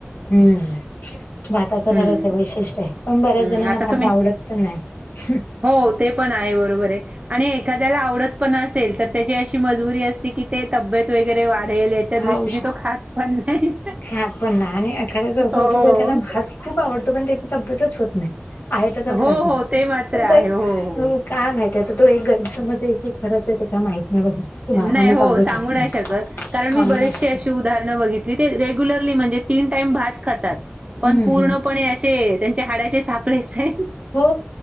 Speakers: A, on the left; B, on the right.
A: हम्म. भाताच
B: हम्म
A: खरंच वैशिष्ट्य हाय, पण बऱ्याच
B: हम्म
A: जणांना
B: आता
A: भात
B: तुम्ही
A: आवडत पण नाही, हम.
B: हो ते पण आहे बरोबर आहे. आणि एखाद्याला आवडत पण असेल तर त्याची अशी मजबुरी असती की ते तब्येत वगैरे वाढेल ह्या च्या
A: खाऊ
B: दृष्टीने
A: श
B: तो खात पण नाही.
A: खा पण ना आणि एखाद्याच असं
B: हो.
A: होतं की त्याला भात खूप आवडतो पण त्याची तब्येतच होत नाही. आहे तसाच
B: हो
A: राहतो,
B: हो ते मात्र
A: पण तई,
B: आहे हो हो
A: अप काय माहिती आता तो एक गाईर समज आहे की खरंच आहे ते काय माहित नाही बघ. की भाताने
B: नाही हो
A: तब्येत
B: सांगू
A: होते
B: नाही शकत, कारण
A: सांगू
B: मी बरेसे
A: नाही शकत
B: अशे उ दाहरण बघितली ते रेग्युलरली म्हणजे तीन टाईम भात खातात. पण
A: हम्म
B: पूर्णपणे
A: हम्म
B: असे त्यांचे हाडाचे सापळेच ये.
A: हो